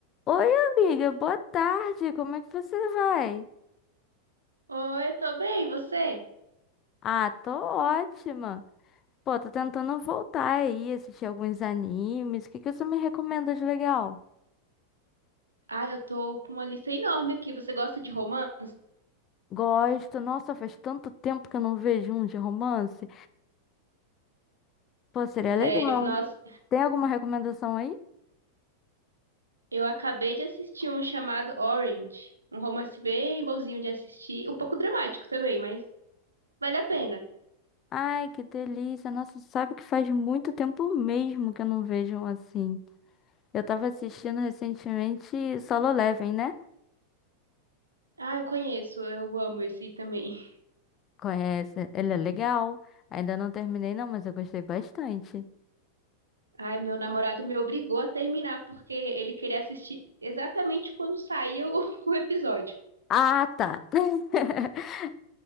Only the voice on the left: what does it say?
Oi, amiga, boa tarde. Como é que você vai?
Ah, tô ótima. Pô, tô tentando voltar aí, assistir alguns animes. O que que você me recomenda de legal?
Gosto. Nossa, faz tanto tempo que eu não vejo um de romance. Pô, seria legal.
Tem alguma recomendação aí?
Ai, que delícia. Nossa, sabe que faz muito tempo mesmo que eu não vejo um assim. Eu tava assistindo recentemente Solo Leveling, né?
Conhece? Ele é legal. Ainda não terminei, não, mas eu gostei bastante.
Ah, tá. <laughs>